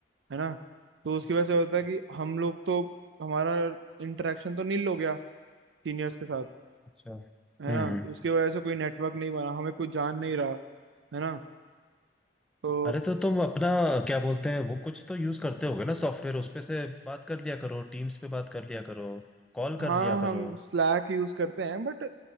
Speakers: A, on the right (about 80°); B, in the centre.
A: है ना तो उसकी
B: अच्छा
A: वजह से होता है
B: हाँ,
A: कि हम लोग तो हमारा इंटरेक्शन तो नील हो गया सीनियर्स के साथ
B: अच्छा हम्म
A: है ना
B: हम्म
A: तो उसकी वजह से कोई नेटवर्क नहीं बना हमें कोई जान नहीं रहा है ना तो
B: अरे तो तुम अपना क्या बोलते हैं वो कुछ तो यूज करते होगे ना सॉफ्टवेयर उस पे से बात कर लिया करो टीम्स पे बात कर लिया करो कॉल
A: हाँ
B: कर लिया करो
A: हम स्लैक यूज करते हैं बट